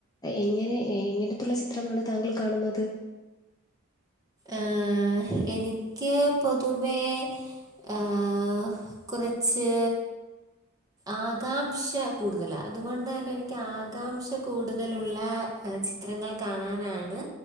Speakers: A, on the left; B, on the right.
A: എങ്ങനെ എങ്ങനത്തുള്ള ചിത്രമാണ് താങ്കൾ കാണുന്നത്?
B: ആഹ് എനിക്ക് പൊതുവേ. ഏഹ് കുറച്ച് ആകാംക്ഷ കൂടുതല, അതുകൊണ്ട് തന്നെ എനിക്ക് ആകാംക്ഷ കൂടുതലുള്ള ചിത്രങ്ങൾ കാണാനാണ്